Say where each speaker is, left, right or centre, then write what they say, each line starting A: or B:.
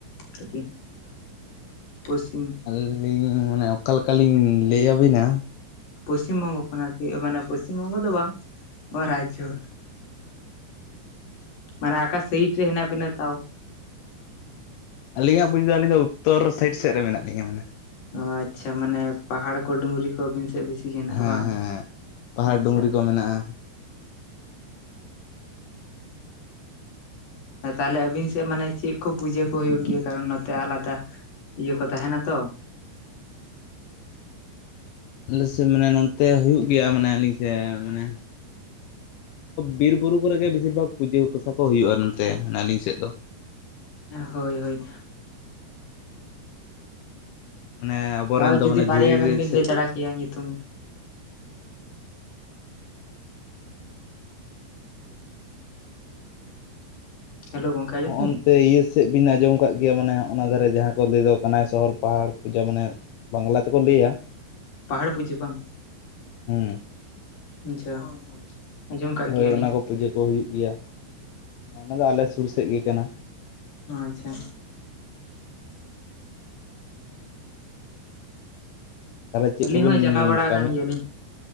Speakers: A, on the left (about 50°); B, on the left (about 85°).
A: ᱟᱨᱠᱤ ᱯᱚᱥᱪᱷᱤᱢ᱾
B: ᱟᱹᱞᱤᱧ ᱢᱟᱱᱮ ᱚᱠᱟᱞᱮᱠᱟ ᱞᱤᱧ ᱞᱟᱹᱭ ᱟᱵᱤᱱᱟ᱾
A: ᱯᱚᱥᱪᱷᱤᱢ ᱵᱚᱝᱜᱚ ᱠᱷᱚᱱᱟᱜ ᱟᱨᱠᱤ ᱢᱟᱱᱮ ᱯᱚᱥᱪᱷᱤᱢ ᱵᱚᱝᱜᱚ ᱫᱚ ᱵᱟᱝ ᱱᱚᱣᱟ ᱨᱟᱡᱽᱡᱚ᱾ ᱢᱟᱱᱮ ᱟᱠᱟ ᱥᱮᱭᱤᱴ ᱨᱮ ᱦᱮᱱᱟᱜ ᱵᱤᱱᱟ ᱛᱟᱣ?
B: ᱟᱹᱞᱤᱧᱟᱜ ᱵᱩᱡ ᱫᱚ ᱟᱹᱞᱤᱧ ᱫᱚ ᱩᱛᱛᱚᱨ ᱥᱟᱭᱤᱴ ᱥᱮᱜ ᱨᱮ ᱢᱮᱱᱟᱜ ᱞᱤᱧᱟ ᱢᱟᱱᱮ᱾
A: ᱚ ᱟᱪᱪᱷᱟ ᱢᱟᱱᱮ ᱯᱟᱦᱟᱲ ᱠᱚ ᱰᱩᱝᱨᱤ ᱠᱚ ᱟᱹᱵᱤᱱ ᱥᱮᱜ ᱵᱮᱥᱤ ᱵᱮᱥᱤ ᱦᱮᱱᱟᱜ-ᱟ
B: ᱦᱮᱸ
A: ᱵᱟᱝ
B: ᱦᱮᱸ ᱯᱟᱦᱟᱲ
A: ᱟᱪᱪᱷᱟ᱾
B: ᱰᱩᱝᱨᱤ ᱠᱚ ᱢᱮᱱᱟᱜᱼᱟ
A: ᱟ ᱛᱟᱦᱟᱞᱮ ᱟᱵᱤᱱ ᱥᱮᱜ ᱢᱟᱱᱮ ᱪᱤᱜ ᱠᱚ ᱯᱩᱡᱟᱹ ᱠᱚ ᱦᱩᱭᱩᱜ ᱜᱮᱭᱟ ᱠᱟᱨᱚᱱ ᱱᱚᱛᱮ ᱟᱞᱟᱫᱟ ᱤᱭᱟᱹ ᱠᱚ ᱛᱟᱦᱮᱱᱟ ᱛᱚ᱾
B: ᱟᱞᱮᱥᱮᱜ ᱢᱟᱱᱮ ᱱᱚᱱᱛᱮ ᱦᱩᱭᱩᱜ ᱜᱮᱭᱟ ᱢᱟᱱᱮ ᱟᱹᱞᱤ ᱡᱮ ᱢᱟᱱᱮ ᱵᱤᱨ ᱵᱩᱨᱩ ᱠᱚᱨᱮ ᱜᱮ ᱵᱮᱥᱤᱨ ᱵᱷᱟᱜ ᱯᱩᱡᱟᱹ ᱯᱟᱥᱟ ᱠᱚ ᱦᱩᱭᱩᱜ-ᱟ ᱱᱚᱱᱛᱮ ᱢᱟᱱᱮ ᱟᱹᱞᱤᱧ ᱥᱮᱝ ᱫᱚ᱾
A: ᱦᱳᱭ ᱦᱳᱭ᱾
B: ᱢᱟᱱᱮ ᱟᱵᱚᱨᱮᱱ
A: ᱛᱟᱣ ᱡᱩᱫᱤ
B: ᱫᱚ ᱢᱟᱱᱮ
A: ᱵᱟᱨᱭᱟ
B: ᱫᱷᱤᱨᱤ
A: ᱜᱟᱱ
B: ᱨᱮ
A: ᱵᱤᱱ
B: ᱥᱮ
A: ᱞᱟᱹᱭ ᱫᱟᱲᱟ ᱠᱮᱭᱟ ᱧᱩᱛᱩᱢ᱾ ᱦᱮᱞᱳ ᱜᱚᱝᱠᱮ᱾ ᱟᱸᱡᱚᱢ
B: ᱦᱚᱸᱜᱚᱱᱛᱮ
A: ᱫᱟᱵᱤᱱ
B: ᱤᱭᱟᱹ ᱥᱮᱜ ᱵᱤᱱ ᱟᱸᱡᱚᱢ ᱠᱟᱜ ᱜᱮᱭᱟ ᱢᱟᱱᱮ ᱚᱱᱟ ᱫᱷᱟᱨᱮ ᱡᱟᱦᱟᱸ ᱠᱚ ᱞᱟᱹᱭ ᱫᱚ ᱠᱟᱱᱟᱭ ᱥᱚᱦᱚᱨ ᱯᱟᱦᱟᱲ ᱯᱩᱡᱟ ᱢᱟᱱᱮ ᱵᱟᱝᱞᱟ ᱛᱮᱠᱚ ᱞᱟᱹᱭᱟ᱾
A: ᱯᱟᱦᱟᱲ ᱯᱩᱡᱟᱹ ᱵᱟᱝ᱾
B: ᱦᱩᱸ᱾
A: ᱟᱪᱪᱷᱟ᱾ ᱟᱸᱡᱚᱢ ᱠᱟᱜ
B: ᱦᱳᱭ
A: ᱜᱮᱭᱟᱞᱤᱧ
B: ᱚᱱᱟ ᱠᱚ ᱯᱩᱡᱟᱹ ᱠᱚ ᱦᱩᱭᱩᱜ ᱜᱮᱭᱟ ᱚᱱᱟ ᱫᱚ ᱟᱞᱮ ᱥᱩᱨ ᱥᱮᱜ ᱜᱤ ᱠᱟᱱᱟ᱾
A: ᱟᱪᱪᱷᱟ
B: ᱛᱟᱦᱚᱞᱮ ᱪᱮᱫ
A: ᱟᱹᱞᱤᱧ
B: ᱠᱚᱵᱤᱱ
A: ᱦᱚᱸ ᱪᱟᱞᱟᱣ ᱵᱟᱲᱟ
B: ᱠᱟᱹᱢᱤ
A: ᱟᱠᱟᱱ ᱜᱮᱭᱟᱞᱤᱧ᱾